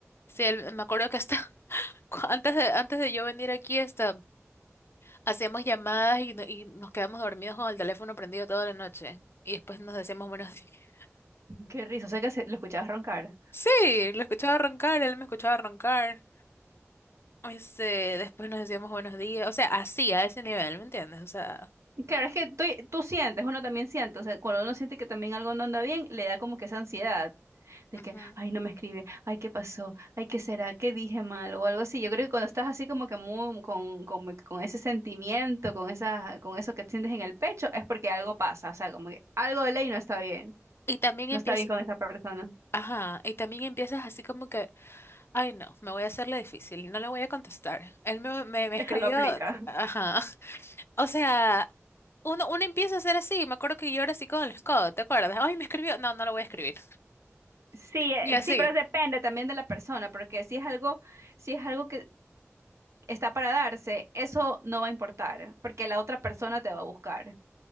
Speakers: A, on the left (about 55°); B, on the right (about 70°).
A: Sí, él- me acuerdo que hasta <laughs> cu- Antes de, antes de yo venir aquí, esta, hacíamos llamadas y, no- y nos quedamos dormidos con el teléfono prendido toda la noche. Y después nos decíamos buenos días. <laughs>
B: Qué risa, o sea que se- lo escuchabas roncar.
A: Sí, lo escuchaba arrancar, él me escuchaba arrancar. Este, después nos decíamos buenos días. O sea, así, a ese nivel, ¿me entiendes? O sea.
B: Claro, es que tú, tú sientes, uno también siente, o sea, cuando uno siente que también algo no anda bien, le da como que esa ansiedad. de
A: ujú.
B: que, ay, no me escribe, ay, ¿qué pasó? Ay, ¿qué será? ¿Qué dije mal? O algo así. Yo creo que cuando estás así como que muy, con, con, con ese sentimiento, con esa, con eso que sientes en el pecho, es porque algo pasa, o sea, como que algo de ley no está bien,
A: Y también
B: no
A: empiezas,
B: está bien con esa persona.
A: ajá, y también empiezas así como que, ay no, me voy a hacerle difícil, no le voy a contestar. Él me, me, me escribió,
B: Eso no aplica.
A: ajá. O sea, uno, uno empieza a ser así. Me acuerdo que yo era así con el Scott, ¿te acuerdas? Ay, me escribió. No, no lo voy a escribir.
B: Sí, eh,
A: Y así,
B: sí, pero depende también de la persona, porque si es algo, si es algo que está para darse, eso no va a importar, porque la otra persona te va a buscar.